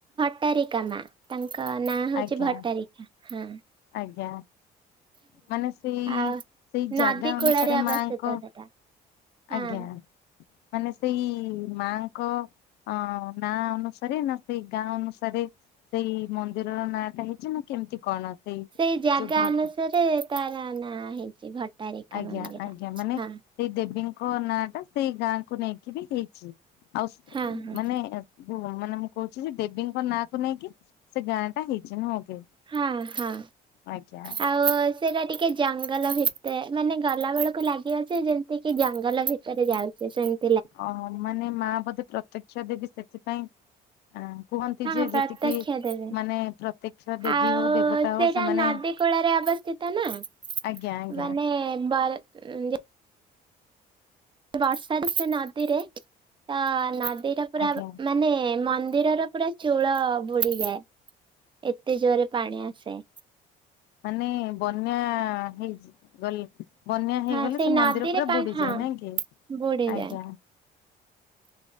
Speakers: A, on the right; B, on the left.
A: ଭଟ୍ଟାରିକା ମା ତାଙ୍କ ନାଁ ହଉଛି
B: ଆଜ୍ଞା
A: ଭଟ୍ଟାରିକା। ହଁ
B: ଆଜ୍ଞା ମାନେ ସେଇ
A: ଆଉ
B: ସେଇ ଜାଗା
A: ନଦୀ
B: ଅନୁସାରେ
A: କୂଳରେ ଅବସ୍ଥିତ
B: ମାଙ୍କ
A: ସେଟା ହଁ।
B: ଆଜ୍ଞା ମାନେ ସେଇ ମାଙ୍କ ଅଁ ନା ଅନୁସାରେ ନା ସେଇ ଗାଁ ଅନୁସାରେ? ସେଇ ମନ୍ଦିରର ନାଁଟା ହେଇଛି ନା କେମିତି କଣ?
A: ସେଇ ଜାଗା
B: ଯୋଉ ଭଟ
A: ଅନୁସାରେ ତାର ନାଁ ହେଇଛି ଭଟ୍ଟାରିକା
B: ଆଜ୍ଞା
A: ମନ୍ଦିର
B: ଆଜ୍ଞା ମାନେ
A: ହଁ।
B: ସେଇ ଦେବୀଙ୍କ ନାଁ ଟା ସେଇ ଗାଁକୁ ନେଇକି ବି ହେଇଛି ଆଉ
A: ହଁ ହଁ
B: ମାନେ ହୁ ମାନେ ମୁଁ କହୁଛି ଯେ ଦେବୀଙ୍କ ନାଁ କୁ ନେଇକି ସେ ଗାଁ ଟା ହେଇଛି ନୁହଁ କି?
A: ହଁ ହଁ
B: ଆଜ୍ଞା
A: ଆଉ ସେଇଟା ଟିକେ ଜଙ୍ଗଲ ଭିତରେ ମାନେ ଗଲା ବେଳକୁ ଲାଗି ଯେ ଯେମତି କି ଜଙ୍ଗଲ ଭିତରେ ଯାଉଛେ ସେମ
B: ଓ ମାନେ ମା ବୋଧେ ପ୍ରତ୍ୟକ୍ଷା ଦେବି ସେଥିପାଇଁ ଆ କୁହନ୍ତି
A: ହଁ
B: ଯେ
A: ପ୍ରତ୍ୟକ୍ଷ
B: ଯେତିକି
A: ଦେବେ।
B: ମାନେ ପ୍ରତ୍ୟକ୍ଷ ଦେବୀ
A: ଆଉ
B: ହଉ ଦେବତା
A: ସେଇଟା
B: ହଉ ସେମାନେ
A: <inaudible> ଅବସ୍ଥିତ ନ
B: ଆଜ୍ଞା ଆଜ୍ଞା
A: ମାନେ ବଲ୍ ଯେ ବର୍ଷା ସେ ନଦୀରେ ତ ନଦୀଟା ପୁରା
B: ଆଜ୍ଞା
A: ମାନେ ମନ୍ଦିରର ପୁରା ଚୂଳ ବୁଡିଯାଏ ଏତେ ଜୋରରେ ପାଣି ଆସେ।
B: ମାନେ ବନ୍ୟା ହେଇଛି ଗଲେ। ବନ୍ୟା ହେଇଗଲେ
A: ହଁ ସେଇ
B: ସେ
A: ନଦୀରେ
B: ମନ୍ଦିର ପୁରା
A: ପାଣି
B: ବୁଡିଯାଏ
A: ହଁ
B: ନାଇଁ କି
A: ବୁଡିଯାଏ।
B: ଆଜ୍ଞା।